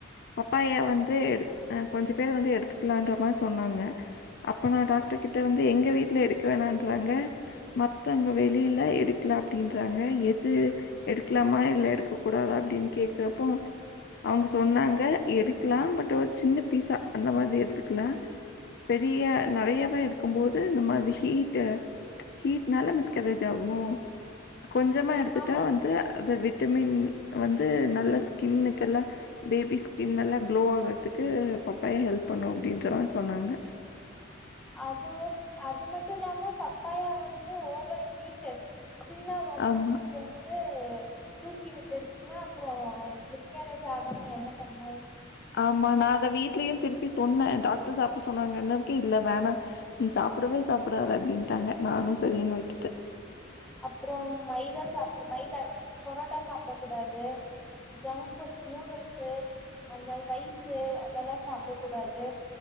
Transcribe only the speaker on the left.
பப்பாயா வந்து எடு ஆ கொஞ்சோ பேர் வந்து எடுத்துக்கலான்ற மாரி சொன்னாங்க அப்போ நா டாக்டர் கிட்ட வந்து எங்க வீட்ல எடுக்க வேணான்ன்றாங்க மத்த அங்க வெளியில எடுக்கலா அப்ப அப்டின்றங்க எது எடுக்கலாமா இல்ல எடுக்கக்க கூடாதா அப்டின்னு கேக்கறப்போ அவுங்க சொன்னாங்க எடுக்கலா பட் ஒரு சின்ன பீஸா அந்த மாதிரி எடுத்துக்கலா பெரிய நெறையாவா எடுக்கு போது இந்த மாரி ஹீட் ஹீட்னால மிஸ்கரேஜ் ஆகு கொஞ்சமா எடுத்துட்டா
வந்து அது விட்டமின் வந்து நல்ல ஸ்கின் க்கெல்லா பேபி ஸ்கின் எல்லா க்ளோ ஆகுறதுக்கு பப்பாயா ஹெல்ப் பண்ணு அப்டின்ற மாரி சொன்னாங்க
ஆமா,
ஆமா நா அத வீட்லயு திருப்பி சொன்ன டாக்டர் சாப்பட சொன்னாங்கன்னதுக்கு இல்ல வேணா நீ சாப்படவே சாப்படாத அப்டின்டாங்க நானு சரினு விட்டுட்ட